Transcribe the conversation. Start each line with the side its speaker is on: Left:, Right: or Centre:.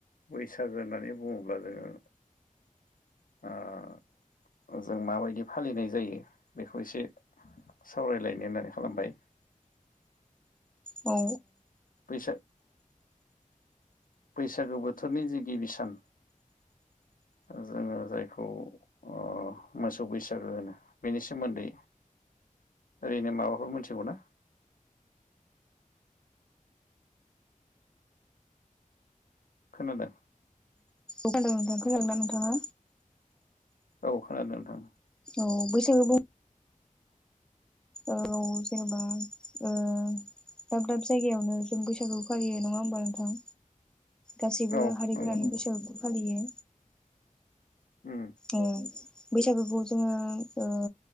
Left: बैसागो होननानै बुङोब्ला जोङो, ओ जों माबायदि फालिनाय जायो बेखौ एसे सावरायलायनो होननानै खालामबाय।
Centre: औ।
Left: ओ बैसागु बोथोरनि जि गिबि सान, ओ जोङो जायखौ अ मोसौ बैसागो होनो बेनि सोमोन्दै ओरैनो माबाफोर मिथिगौना? खोनादों?
Centre: औ लांदा नोंथाङा।
Left: औ खोनादों नोंथां।
Centre: औ बैसागो बुं औ जेनेबा ओ दाब दाब जायगायावनो जों बैसागु फालियो नङा होमबा नोंथां? गासैबो
Left: औ
Centre: हारिफोरानो
Left: नंगौ नंगौ
Centre: बैसागुखौ फालियो।
Left: उम
Centre: ओ।
Left: औ
Centre: बैसागोखौ जोङो ओ